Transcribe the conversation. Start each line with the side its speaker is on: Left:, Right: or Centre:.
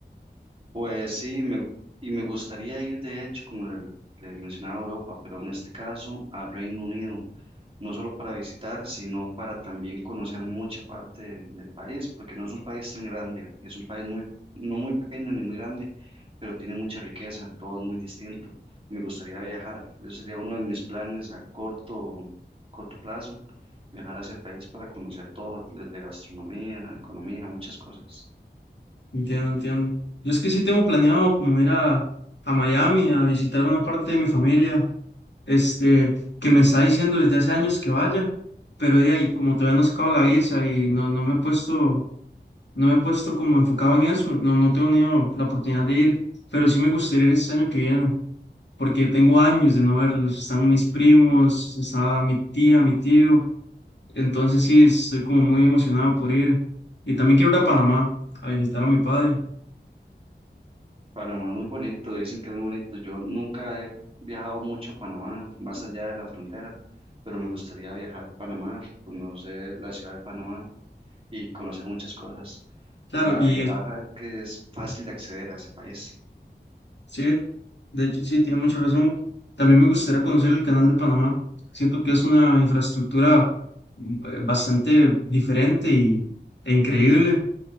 Right: Pues sí, me, gu- y me gustaría ir, de hecho, como le, le mencionaba a Europa, pero en este caso a Reino Unido. no solo para visitar, sino para también conocer mucha parte del país, porque no es un país tan grande, es un país muy, no muy pequeño ni muy grande, pero tiene mucha riqueza, todo es muy distinto. Me gustaría viajar, eso sería uno de mis planes a corto, corto plazo, viajar a ese país para conocer todo, desde gastronomía, economía, muchas cosas.
Left: Entiendo, entiendo. Yo es que sí tengo planeado como ir a, a Miami a visitar una parte de mi familia, este, que me está diciendo desde hace años que vaya, pero de ahí, como todavía no he sacado la visa y no, no me he puesto, no me he puesto como enfocado en eso, no, no tengo ni la oportunidad de ir, pero sí me gustaría ir este año que viene, porque tengo años de no verlos, están mis primos, está mi tía, mi tío, entonces sí estoy como muy emocionado por ir, y también quiero ir a Panamá a visitar a mi padre.
Right: Panamá es muy bonito, dicen que es muy bonito. Yo nunca he viajado mucho a Panamá, más allá de la frontera, pero me gustaría viajar a Panamá, conocer la ciudad de Panamá y conocer muchas cosas.
Left: Claro,
Right: La
Left: y
Right: ventaja es que es fácil de acceder a ese país.
Left: Sí, de hecho, sí, tiene mucha razón. También me gustaría conocer el Canal de Panamá. Siento que es una infraestructura mm, eh, bastante diferente y, e increíble.